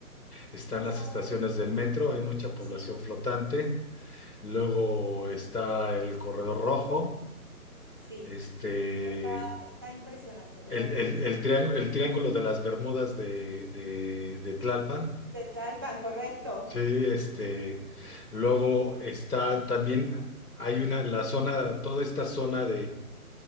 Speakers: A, on the left (about 70°); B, on the right (about 15°).
A: Están
B: ¿No sabe?
A: las estaciones del metro, hay mucha población
B: Sí,
A: flotante. Luego está el corredor rojo,
B: sí.
A: este,
B: Está, está impresionante, de
A: el,
B: verdad
A: el,
B: no sabe.
A: el, triángulo el triángulo de las Bermudas de, de, de Tlalpan.
B: De Tlalpan, correcto.
A: Sí, este, luego está también, hay una, la zona, toda esta zona